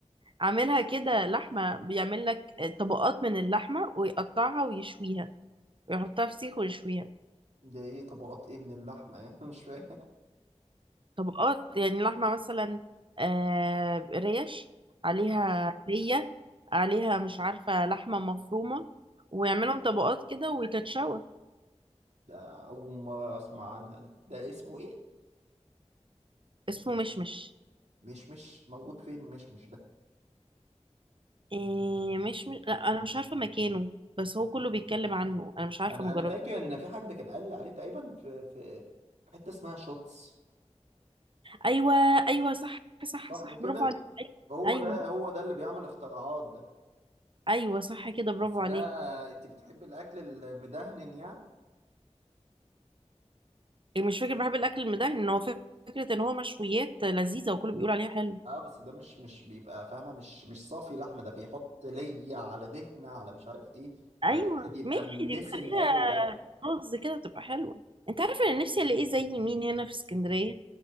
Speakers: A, on the right; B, on the right.
A: عاملها كده لحمه بيعمل لك طبقات من اللحمه ويقطعها ويشويها ويحطها في سيخ ويشويها
B: ده ايه طبقات ايه من اللحمة <laughs> مش فاهم
A: طبقات يعني لحمه مثلا آه، ريش عليها ليه عليها مش عارفه لحمه مفرومه ويعملهم طبقات كده وتتشوى
B: ده أول مرة أسمع عنها دي ده اسمه إيه؟
A: اسمه مشمش
B: مش مش موجود فين مش مش ده
A: إيه مش مش- لا انا مش عارفه مكانه بس هو كله بيتكلم عنه انا مش عارفه
B: أنا
A: ما
B: أنا
A: جربت
B: فاكر إن في حد كان قال لي عليه تقريبا في في حتة اسمها شوتس
A: ايوه ايوه صح صح
B: صح
A: صح
B: كده؟
A: برافو عليك
B: هو
A: ايوه
B: ده هو ده اللي بيعمل اختراعات ده
A: ايوه صح كده برافو
B: بس
A: عليك
B: ده أنت بتحب الأكل المدهن يعني؟
A: إيه مش فاكر بحب الاكل المدهن ان هو فكره ان هو مشويات لذيذه وكله بيقول عليها حلو
B: أه بس ده مش مش بيبقى فاهمة مش مش صافي لحمة ده بيحط لية على دهنة على مش عارف إيه
A: ايوه
B: فالأكل بيبقى
A: ماشي
B: مندسم
A: دي بتخليها
B: قوي ده
A: رز كده تبقى حلوه انت عارفه انا نفسي الاقيه زي مين هنا في اسكندريه